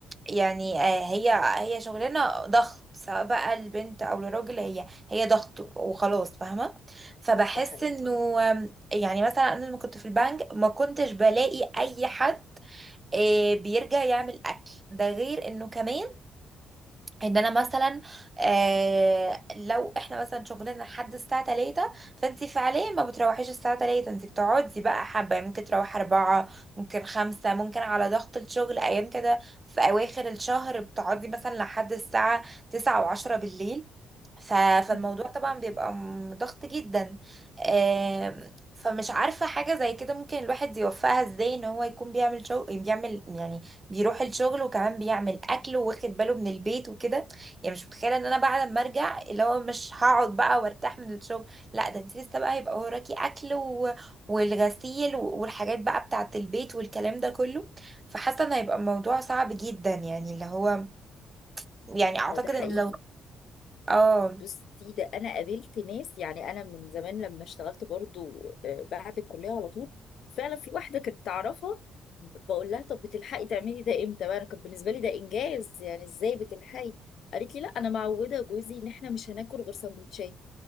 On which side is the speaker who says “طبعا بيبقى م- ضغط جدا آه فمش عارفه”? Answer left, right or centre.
Right